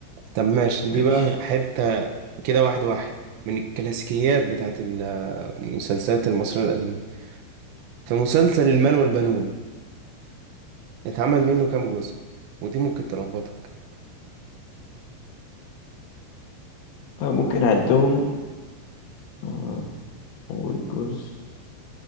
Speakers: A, on the right (about 80°); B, on the left (about 85°).
A: طب ماشي دي
B: ماشي
A: بقى حتة كده واحد واحد من الكلاسيكيات بتاعت ال- المسلسلات المصرية القديمة في مسلسل المال والبنون اتعمل منه كام جزء ودي ممكن تلخبطك
B: طيب ممكن أعدهم آه أول جزء